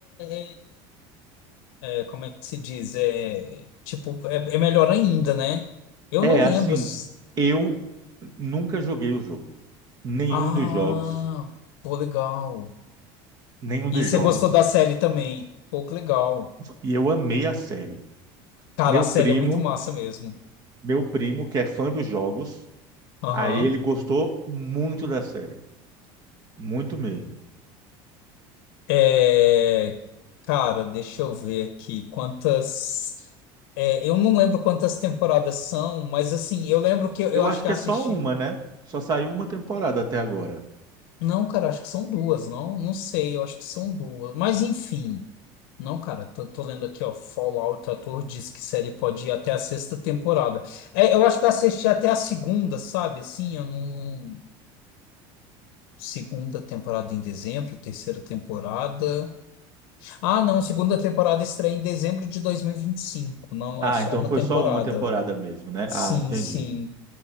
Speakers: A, on the left (about 75°); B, on the right (about 35°).
A: é- é- é, como é que se diz? É, tipo, é, é melhor ainda, né? Eu
B: É,
A: não
B: assim,
A: lembro. se-
B: eu nunca joguei o jogo. Nenhum
A: Ah,
B: dos jogos,
A: pô, legal.
B: nenhum dos
A: E você
B: jogos.
A: gostou da série também? Pô, que legal.
B: E eu amei a série.
A: Cara,
B: Meu
A: a série
B: primo,
A: é muito massa mesmo.
B: meu primo que é fã dos jogos,
A: Aham.
B: aí ele gostou muito da série, muito mesmo.
A: É, Cara, deixa eu ver aqui quantas. é, eu não lembro quantas temporadas são, mas assim, eu lembro que eu,
B: Eu
A: eu acho
B: acho
A: que
B: que
A: assisti.
B: é só uma, né? Só saiu uma temporada até agora.
A: Não, cara, acho que são duas, não? Não sei, eu acho que são duas. Mas enfim. Não, cara, tô, tô lendo aqui, ó. Fallout, o ator diz que série pode ir até a sexta temporada. É, eu acho que eu assisti até a segunda, sabe? Assim, eu não. Segunda temporada em dezembro, terceira temporada. Ah, não, segunda temporada estreia em dezembro de dois mil e e vinte e cinco. Não,
B: Ah,
A: é só
B: então
A: uma
B: foi
A: temporada.
B: só uma temporada mesmo, né?
A: Sim,
B: Ah, entendi.
A: sim.